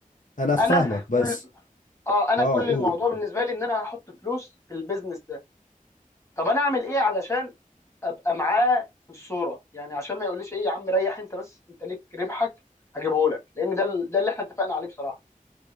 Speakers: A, on the left; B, on the left.
A: انا فاهمك
B: انا
A: بس
B: كل اه انا
A: اه
B: كل
A: قول
B: الموضوع بالنسبه لي ان انا هحط فلوس في البيزنس ده طب انا اعمل ايه علشان ابقى معاه في الصوره يعني عشان ما يقوليش ايه يا عم ريح انت بس انت ليك ربحك هجيبه لك لان ده ال- ده اللي احنا اتفقنا عليه بصراحه